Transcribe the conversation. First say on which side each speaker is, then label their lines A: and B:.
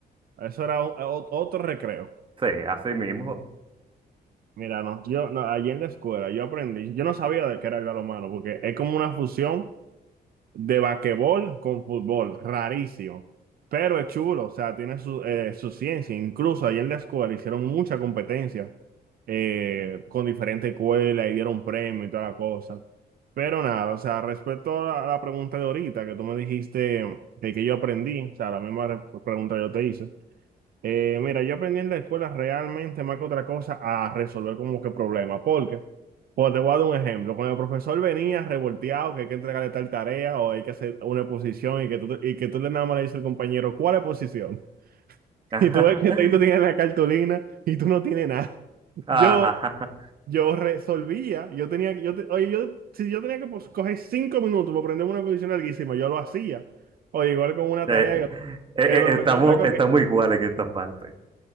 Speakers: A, on the right (about 65°); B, on the right (about 30°).
A: Eso era un- o- otro recreo.
B: Sí, así mismo.
A: Mira, no, yo, no, allí en la escuela yo aprendí, yo no sabía de qué era el balonmano, porque es como una fusión de basquetbol con fútbol, rarísimo. Pero es chulo, o sea, tiene su, eh, su ciencia. Incluso ahí en la escuela hicieron mucha competencia eh, con diferentes escuelas y dieron premios y toda la cosa. Pero nada, o sea, respecto a la, a la pregunta de ahorita que tú me dijiste de que yo aprendí, o sea, la misma re- pregunta que yo te hice, eh, mira, yo aprendí en la escuela realmente más que otra cosa a resolver como que problemas, porque, pues te voy a dar un ejemplo, cuando el profesor venía revolteado que hay que entregarle tal tarea o hay que hacer una exposición y que tú, te- y que tú le nada más le dices al compañero, ¿cuál exposición? <laughs>
B: <laughs>
A: Y tú ves que tú tienes la cartulina y tú no tienes nada.
B: Ajá.
A: Yo, yo resolvía, yo tenía, yo, te- oye, yo, si yo tenía que pues, coger cinco minutos para aprenderme una exposición larguísima, yo lo hacía. O igual con una
B: Eh,
A: tarea que
B: eh,
A: que
B: eh,
A: el profesor
B: estamos,
A: está corriendo.
B: estamos iguales en esta parte.